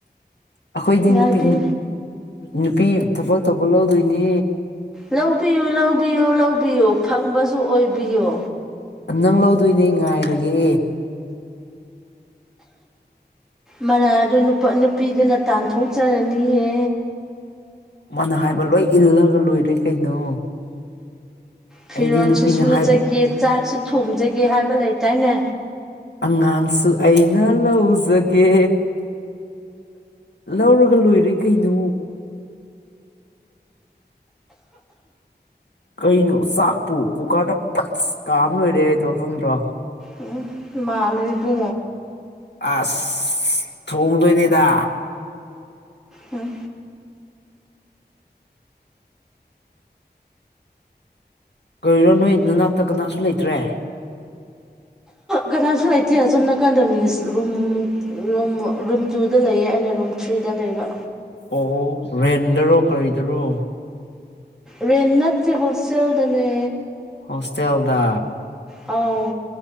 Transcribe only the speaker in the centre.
ꯉꯥꯏꯕꯤ
ꯂꯧꯕꯤꯌꯨ ꯂꯧꯕꯤꯌꯨ ꯂꯧꯕꯤꯌꯨ ꯐꯪꯕꯁꯨ ꯑꯣꯏꯕꯤꯌꯣ
ꯃꯔꯥ ꯑꯗꯨ ꯅꯨꯄꯤꯗꯨꯅ ꯇꯥꯟꯊꯣꯛꯆꯔꯅꯤꯌꯦ
ꯐꯤꯔꯣꯁꯨ
ꯁꯨꯖꯒꯦ
ꯆꯥꯛꯁꯨ ꯊꯣꯡꯖꯒꯦ ꯍꯥꯏꯕ ꯂꯩꯇꯥꯏꯅꯦ
ꯎꯝ ꯃꯥꯅ ꯉꯣ
ꯎꯝ
ꯀꯅꯥꯁꯨ ꯂꯩꯇꯦ ꯑꯁꯣꯝ ꯅꯥꯀꯟꯗ ꯃꯤꯁ ꯔꯨꯝ ꯔꯨꯝ ꯔꯨꯝ ꯇꯨꯗ ꯂꯩꯌꯦ ꯑꯩꯅ ꯔꯨꯝ ꯊ꯭ꯔꯤꯗ ꯂꯩꯕ
ꯔꯦ ꯅꯠꯇꯦ ꯍꯣꯁꯇꯦꯜꯗꯅꯦ
ꯑꯥꯎ